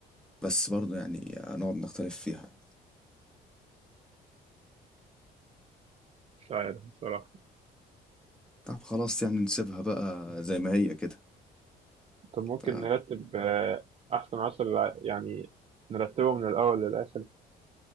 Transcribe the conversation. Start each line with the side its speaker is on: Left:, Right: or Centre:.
Centre: بس برضو يعني هنقعد نختلف فيها
Right: مش عارف بصراحة
Centre: طب خلاص يعني نسيبها بقى زي ما هي كده
Right: طب ممكن
Centre: ف
Right: نرتب آه، أحسن عشر لع- يعني نرتبه من الأول للآخر